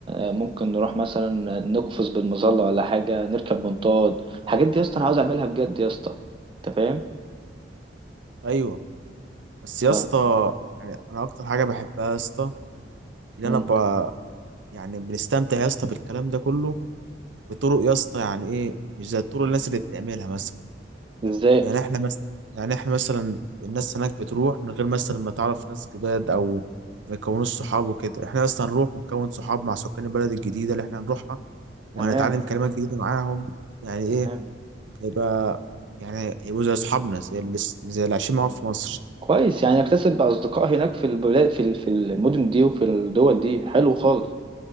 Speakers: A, on the right (about 25°); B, on the right (about 75°).
A: آه، ممكن نروح مثلا نقفز بالمظلة ولا حاجة نركب منطاد الحاجات دي يا اسطى أنا عاوز أعملها بجد يا اسطى أنت فاهم؟
B: ايوه بس
A: ف
B: يا اسطى يعني انا اكتر حاجه بحبها يا اسطى ان
A: مم.
B: انا ب... يعني بنستمتع يا اسطى بالكلام ده كله بطرق يا اسطى يعني ايه مش زي الطرق الناس اللي بتعملها مثلا
A: إزاي؟
B: يعني احنا مثلا يعني احنا مثلا الناس هناك بتروح من غير مثلا ما تعرف ناس جداد او ما يكونوش صحاب وكده احنا اصلا نروح ونكون صحاب مع سكان البلد الجديده اللي احنا هنروحها وهنتعلم
A: تمام
B: كلمات جديده معاهم يعني
A: تمام
B: ايه هيبقى يعني هيبقوا زي اصحابنا زي اللي زي اللي عايشين معاهم في مصر
A: كويس يعني اكتسب أصدقاء هناك في البلاد في ال- في المدن دي وفي الدول دي حلو خالص